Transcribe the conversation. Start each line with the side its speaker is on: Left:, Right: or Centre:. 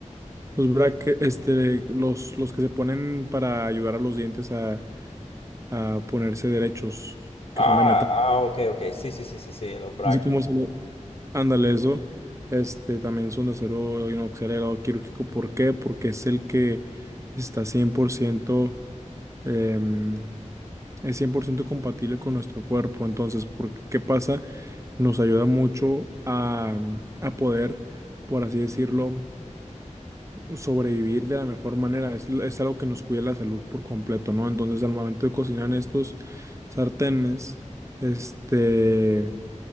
Right: Los brackets, este, los, los que se ponen para ayudar a los dientes a, a ponerse derechos, que
Left: Ah,
Right: son de metal.
Left: ah, ok, ok. Sí, sí, sí, sí, sí, los brackets.
Right: No sé cómo se le... Ándale, eso. Este, también son de acero inoxidado quirúrgico. ¿Por qué? Porque es el que está 100%, em, es 100% compatible con nuestro cuerpo. Entonces, ¿por qué pasa? Nos ayuda mucho a, a poder, por así decirlo, sobrevivir de la mejor manera. Es, l- es algo que nos cuida la salud por completo, ¿no? Entonces, al momento de cocinar en estos sartenes, este,